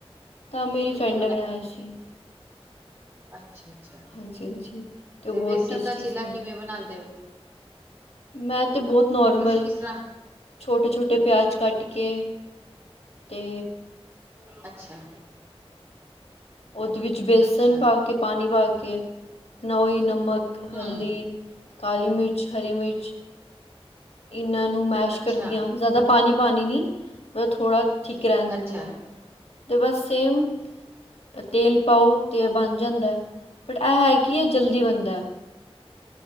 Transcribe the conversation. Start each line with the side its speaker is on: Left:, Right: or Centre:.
Left: ਤਾਂ ਮੇਰੀ
Right: ਕਿੰਨੇ
Left: ਫਰੈਂਡ ਨੇ ਬਣਾਇਆ ਸੀ।
Right: ਅੱਛਾ-ਅੱਛਾ,
Left: ਹਾਂਜੀ ਹਾਂਜੀ ਅਤੇ
Right: ਤੇ
Left: ਉਹ ਬਹੁਤ
Right: ਬੇਸਣ
Left: ਟੇਸਟੀ
Right: ਦਾ ਚਿੱਲਾ
Left: ਸੀ
Right: ਕਿਵੇਂ ਬਣਾਉਂਦੇ ਹੋ?
Left: ਮੈਂ ਤੇ ਬੋਹਤ ਨੋਰਮਲ,
Right: ਤੁਸੀਂ ਕਿਸ ਤਰ੍ਹਾਂ
Left: ਛੋਟੇ-ਛੋਟੇ ਪਿਆਜ਼ ਕੱਟ। ਕੇਹ, ਤੇ
Right: ਅੱਛਾ
Left: ਓਦੇ ਵਿੱਚ ਵੇਸਨ
Right: ਅੱਛਾ
Left: ਪਾ ਕੇ, ਪਾਨੀ ਪਾ ਕੇ, ਨਾ ਓਹਿ ਨਮਕ
Right: ਹਮ
Left: ਹਲਦੀ। ਕਾਲੀ ਮਿਰਚ, ਹਰੀ ਮਿਰਚ। ਇਹਨਾਂ ਨੂੰ ਮੈਸ਼
Right: ਅੱਛਾ
Left: ਕਰਦੀਆਂ ਜ਼ਿਆਦਾ ਪਾਣੀ-ਪਾਣੀ ਨਹੀਂ, ਮਤਬ ਥੋੜ੍ਹਾ। ਠਿਕ ਰਹਿਣ ਦੇਂਦੀ
Right: ਅੱਛਾ
Left: ਹਾਂ, ਤੇ ਬਸ ਸੇਮ। ਤੇਲ ਪਾਓ ਤੇ ਏ ਬਣ ਜਾਂਦਾ ਏ, ਬਟ ਐ ਹੈ ਕਿ ਇਹ ਜਲਦੀ ਬਣਦਾ ਏ।